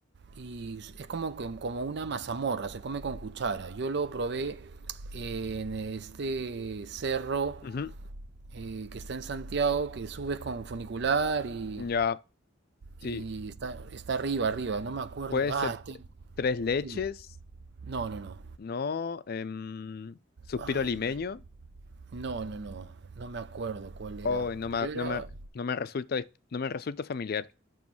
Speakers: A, on the right; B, on the left.
A: y es como, que- como una mazamorra, se come con cuchara. Yo lo probé eh, en este cerro
B: ujú,
A: eh, que está en Santiago, que subes con funicular y,
B: Ya, sí,
A: y está, está arriba, arriba, no me acuerdo.
B: puede
A: Ah,
B: ser
A: te-
B: tres leches,
A: dime. No, no, no.
B: ¿no? Em, suspiro
A: Ay,
B: limeño,
A: Dios. No, no, no. No me acuerdo cuál era.
B: hoy no me,
A: Pero era.
B: no me, no me resulta, dis- no me resulta familiar.